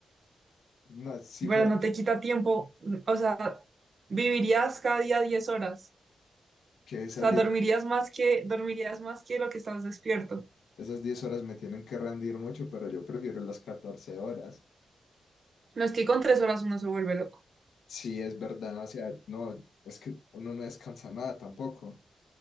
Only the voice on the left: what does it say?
No, si
fuera
que esas
10
Esas 10 horas me tienen que rendir mucho, pero yo prefiero las 14 horas.
Sí, es verdad, o sea, no, es que uno no descansa nada tampoco.